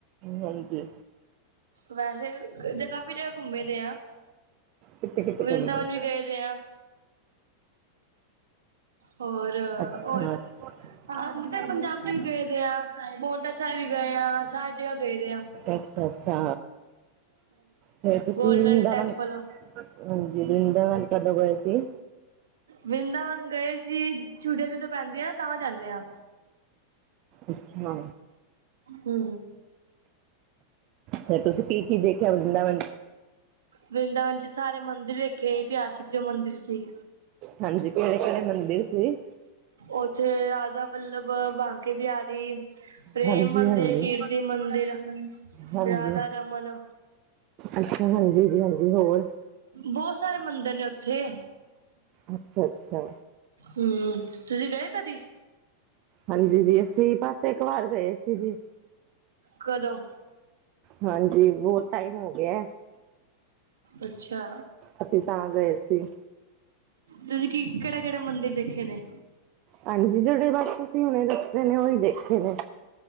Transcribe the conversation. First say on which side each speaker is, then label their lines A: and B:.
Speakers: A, on the right; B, on the right.
A: ਹਾਂਜੀ
B: ਵੈਸੇ ਇਦੇ ਕਾਫ਼ੀ ਜਗ੍ਹਾ ਘੁੰਮੇ ਦੇ ਹਾਂ।
A: ਕਿੱਥੇ ਕਿੱਥੇ
B: ਵ੍ਰਿੰਦਾਵਨ
A: ਘੁੰਮੇ
B: ਵੀ ਗਏ ਦੇ ਆ। ਹੋਰ-
A: ਅੱਛਾ
B: ਹੋਰ ਹਾਂ ਮਤਲਬ
A: ਅੱਛਾ
B: ਪੰਜਾਬ 'ਚ ਵੀ ਗਏ ਦੇ ਆ ਪਉਂਟਾ ਸਾਹਿਬ ਵੀ ਗਏ ਆ ਸਾਰੇ ਜਗ੍ਹਾ ਗਏ ਦੇ ਆਂ।
A: ਅੱਛਾ ਅੱਛਾ ਫਿਰ ਤੁਸੀਂ
B: ਗੋਲਡਨ
A: ਵੀ ਵੰਰਿਦਾਵਨ
B: ਟੈਂਪਲ
A: ਹਾਂਜੀ ਵਰਿੰਦਾਵਨ ਕਦੋਂ ਗਏ ਸੀ।
B: ਵਰਿੰਦਾਵਨ ਗਏ ਸੀ ਛੁਟੀਆਂ ਜਦੋਂ ਪੈਂਦੀਆਂ ਤਾਂ ਜਾਂਦੇ ਆਂ।
A: ਅੱਛਾ
B: ਹੂੰ
A: ਫਿਰ ਤੁਸੀਂ ਕੀ- ਕੀ ਦੇਖਿਆ ਵਰਿੰਦਾਵਨ
B: ਵ੍ਰਿੰਦਾਵਨ 'ਚ ਸਾਰੇ ਮੰਦਿਰ ਵੇਖੇ ਇਤਿਹਾਸਿਕ ਜੋ ਮੰਦਿਰ ਸੀ।
A: ਹਾਂਜੀ ਕਿਹੜੇ- ਕਿਹੜੇ ਮੰਦਿਰ ਸੀ।
B: ਉੱਥੇ ਰਾਧਾ ਵੱਲਬ ਬਾਂਕੇ ਬਿਹਾਰੀ ਪ੍ਰੇਮ
A: ਹਾਂਜੀ
B: ਮੰਦਿਰ,
A: ਹਾਂਜੀ
B: ਕੀਰਤੀ ਮੰਦਿਰ,
A: ਹਾਂਜੀ
B: ਰਾਧਾ ਰਮਨ
A: ਅੱਛਾ ਹਾਂਜੀ ਜੀ ਹਾਂਜੀ ਹੋਰ
B: ਬੋਤ ਸਾਰੇ ਮੰਦਿਰ ਨੇ ਓਥੇ
A: ਅੱਛਾ-ਅੱਛਾ
B: ਹੂੰ ਤੁਸੀਂ ਗਏ ਕਦੀ
A: ਹਾਂਜੀ ਜੀ ਅਸੀਂ ਬਸ ਇਕ ਵਾਰ ਗਏ ਸੀ ਜੀ।
B: ਕਦੋ
A: ਹਾਂਜੀ ਬਹੁਤ ਟਾਈਮ ਹੋ ਗਿਆ।
B: ਅੱਛਾ
A: ਅਸੀਂ ਤਾਂ ਗਏ ਸੀ।
B: ਤੁਸੀਂ ਕੀ ਕਿਹੜੇ- ਕਿਹੜੇ ਮੰਦਿਰ ਦੇਖੇ ਨੇ।
A: ਹਾਂਜੀ ਜਿਹੜੇ ਬਸ ਤੁਸੀਂ ਹੁਣੇ ਦੱਸੇ ਨੇ ਉਹੀ ਦੇਖੇ ਨੇ।